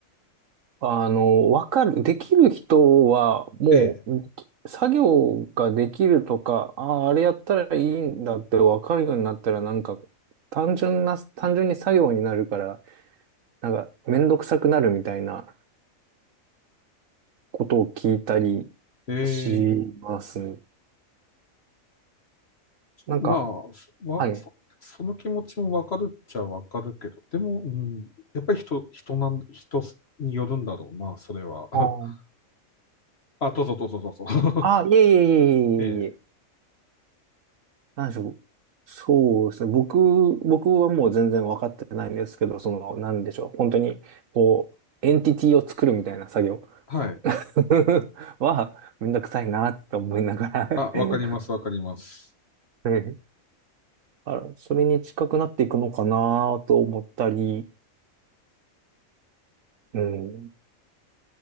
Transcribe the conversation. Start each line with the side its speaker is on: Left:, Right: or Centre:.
Right: あの、わかる、できる人は、もう、
Left: え
Right: でき作業ができるとか、ああ、あれやったらいいんだってわかるようになったら、なんか、単純な、単純に作業になるから、なんか、めんどくさくなるみたいなことを聞いたり
Left: え。ええ。
Right: します。なんか、
Left: まあ、そわ、
Right: はい。
Left: そ、その気持ちもわかるっちゃわかるけど、でも、うん、やっぱり人、人なん、人によるんだろうな、それは。<laughs>
Right: あー
Left: あ、どうぞどうぞどうぞ。<laughs>
Right: あ、いえいえいえいえいえいえ。
Left: ええ。
Right: なんでしょう。そうですね。僕、僕はもう全然分かってないんですけど、その、なんでしょう。本当に、こう、エンティティを作るみたいな作業
Left: はい。
Right: <laughs> は、めんどくさいなって思いながら <laughs> は
Left: あ、わかります、わかります。
Right: いあら、それに近くなっていくのかなと思ったり、うん。